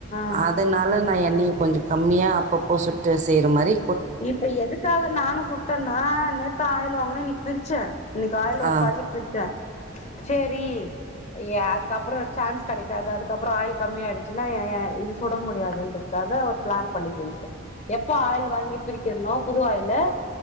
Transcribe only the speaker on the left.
ஆ
இப்ப எதுக்காக நானும் சுட்டேன்னா நேத் புதுசா ஆயில் வாங்ன்ன இன்னைக்கு பிரிச்ச இன்னைக்கு ஆயில்
ஒரு பாக்கெட் பிரிச்ச சேரி அதுக்கப்புறம் சான்ஸ் கெடைக்காது அதுக்கப்புறம் ஆயில் கம்மி ஆயிடுச்சுன்னா இது சுட முடியாதுன்றதுக்காக ஒரு பிளான் பண்ணி செஞ்சுட்டேன் எப்ப ஆயில் வாங்கி பிரிக்கிறன்நோ புது ஆயில்